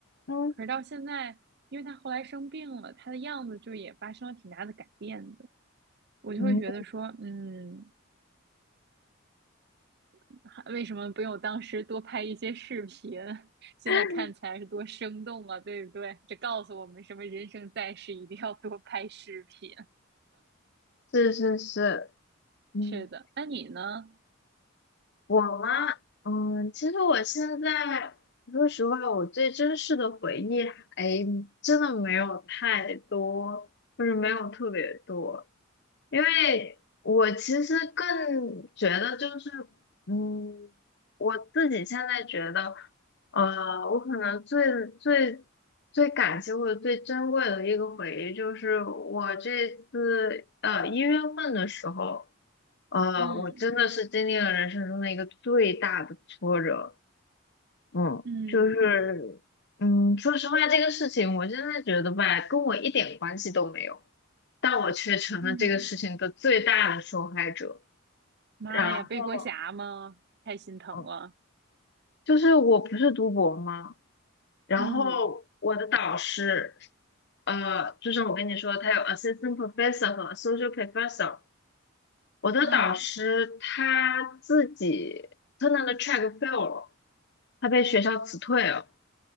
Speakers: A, on the left (about 55°); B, on the right (about 50°).
A: 嗯
B: 可是到现在，因为他后来生病了，他的样子就也发生了挺大的改变的，我就会觉得说，
A: 嗯。
B: 嗯，<laughs> 为什么不用当时多拍一些视频？现在看起来是多生动啊，
A: <laughs>
B: 对不对？这告诉我们什么？人生在世一定要多拍视频。
A: 是是是，嗯，
B: 是的，那你呢？
A: 我嘛，嗯，其实我现在说实话，我最真实的回忆还真的没有太多，就是没有特别多，因为我其实更觉得就是，嗯，我自己现在觉得。呃，我可能最最最感激或者最珍贵的一个回忆，就是我这次呃一月份的时候，呃，
B: 嗯
A: 我真的是经历了人生中的一个最大的挫折。嗯，
B: 嗯
A: 就是嗯，说实话，这个事情我真的觉得吧，跟我一点关系都没有，但我却成了这个事情的最大的受害者。
B: 嗯，妈呀，
A: 然后
B: 背锅侠吗？太心疼了。
A: 嗯就是我不是读博吗？然后我的导师，
B: 嗯
A: 呃，就是我跟你说，他有 assistant professor 和 associate professor。我的导师他自己
B: 嗯
A: t u r n e r 的 track fail 了，他被学校辞退了。